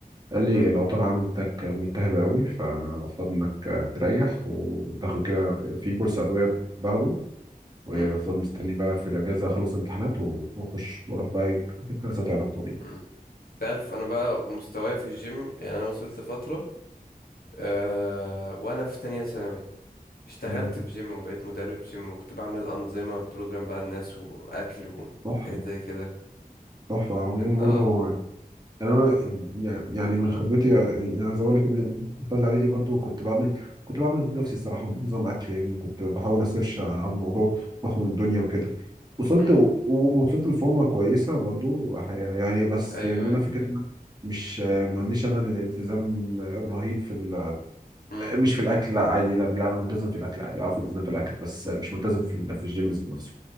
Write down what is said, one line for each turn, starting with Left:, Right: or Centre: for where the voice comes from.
Right: قال لي
Left: <laughs> مم.
Right: الأوتار عندك ملتهبة قوي فالمفروض إنك تريح وتاخد كده في كورس أدوية باخده وفضل
Left: مم.
Right: مستني بقى في الاجازه اخلص امتحانات و- واخش واروح بقى جلسات علاج طبيعي
Left: مم. تعرف انا بقى مستواي في الجيم يعني انا وصلت فتره أه وانا في تانية ثانوي اشتغلت
Right: مم.
Left: في جيم وبقيت مدرب جيم وكنت بعمل انظمه بروجرام بقى الناس واكل
Right: تحفة
Left: وحاجات زي كده
Right: تحفة عموما
Left: كان اه
Right: برضو يعني أنا يعني يعني من خبرتي يعني زي ما بقول لك من الثالثة إعدادي برضو كنت بعمل كنت بعمل لنفسي الصراحة نظام أكل يعني وكنت بحاول أسيرش على الموضوع وأفهم الدنيا وكده وصلت
Left: مم.
Right: و- وصلت لفورمة كويسة برضو يعني بس
Left: ايوه
Right: إن
Left: ايوه
Right: أنا فكرة إن أنا مش ما عنديش أنا الالتزام الرهيب في ال
Left: مم.
Right: مش في الأكل لا عادي لا, لا أنا ملتزم في الأكل عادي أعرف ألتزم في الأكل بس مش ملتزم في في الجيم ذات نفسه